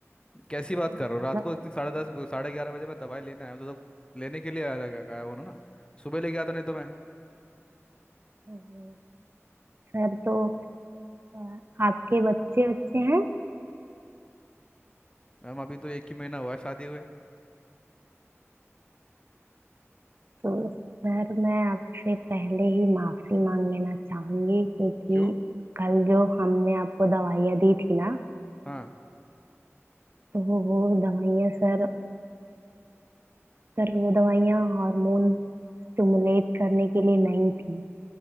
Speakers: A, on the left; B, on the right.
A: कैसी बात
B: हाँ,
A: कर रहे हो
B: मतलब
A: रात को इतनी साढ़े दस साढ़े ग्यारह बजे मैं दवाई लेने आया हूँ, तो, तो लेने के लिए आया था क्या कहा उन्होंने ना सुबह लेके आता नहीं तो मैं
B: ओहो, सर तो अ, आपके बच्चे बच्चे हैं
A: मैम अभी तो एक ही महीना हुआ है शादी हुए
B: तो सर मैं आपसे पहले ही माफी मांग लेना चाहूंगी क्योंकि
A: क्यों
B: कल जो हमने आपको दवाइयाँ दी थी ना
A: हाँ
B: तो वो दवाइयाँ सर सर वो दवाइयाँ हार्मोन स्टिमुलेट करने के लिए नहीं थी